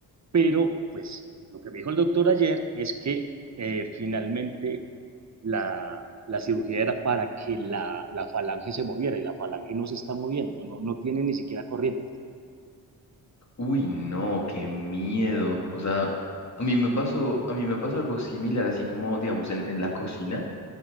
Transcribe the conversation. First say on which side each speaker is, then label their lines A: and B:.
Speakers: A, on the right; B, on the left.
A: pero pues lo que me dijo el doctor ayer es que eh, finalmente la, la cirugía era para que la, la falange se moviera y la falange no se está moviendo, no, no tiene ni siquiera corriente.
B: Uy, no, qué miedo. O sea, a mí me pasó, a mí me pasó algo similar, así como, digamos, en, en la cocina,